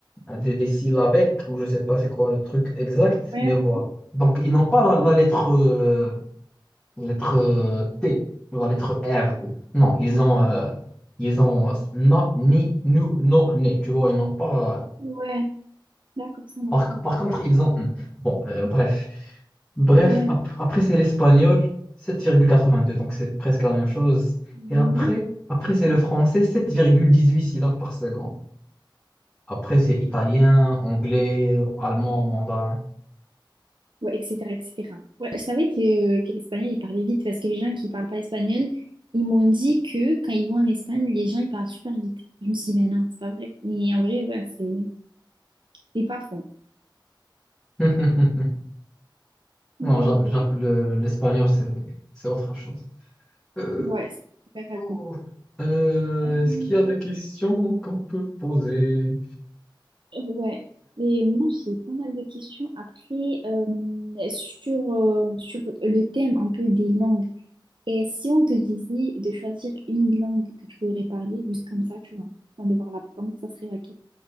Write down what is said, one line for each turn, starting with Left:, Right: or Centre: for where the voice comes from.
Centre: des, des syllabèques, ou je ne sais pas c'est quoi le truc exact,
Right: Ouais,
Centre: mais voilà. Donc, ils n'ont pas la, la lettre euh, Lettre euh, T ou la lettre R. ou Non, ils
Right: ouais,
Centre: ont,
Right: ouais.
Centre: euh, ils ont euh, na, ni, nous, non, né. Tu vois, ils n'ont pas.
Right: Ouais, d'accord, ça marche,
Centre: Par,
Right: ça marche.
Centre: par contre, ils ont. n. Bon, euh, bref. Bref,
Right: Ouais.
Centre: ap- après, c'est l'espagnol, 7,82. Donc, c'est presque la même chose.
Right: Ouais,
Centre: Et après, après c'est le français, 7,18 syllabes par seconde. Après, c'est italien, anglais, allemand, mandarin.
Right: Ouais, etc., etc. Ouais, je savais que, que l'espagnol, il parlait vite parce que les gens qui parlent pas espagnol, ils m'ont dit que quand ils vont en Espagne, les gens, ils parlent super vite. Je me suis dit, ben non, c'est pas vrai. Mais en vrai, ouais, c'est c'est pas faux.
Centre: <laughs>
Right: Ouais,
Centre: Non,
Right: ouais,
Centre: j'a-
Right: ouais.
Centre: j'a- le- l'espagnol, c'est c'est autre chose. Euh,
Right: Ouais, c'est super rapide.
Centre: Oh. Euh,
Right: Euh,
Centre: est-ce qu'il y a des questions qu'on peut poser
Right: Ouais. Et moi, j'ai pas mal de questions. Après, euh, sur, euh, sur le thème un peu des langues. Et si on te disait de choisir une langue que tu voudrais parler, juste comme ça, tu vois, sans devoir l'apprendre, ça serait laquelle?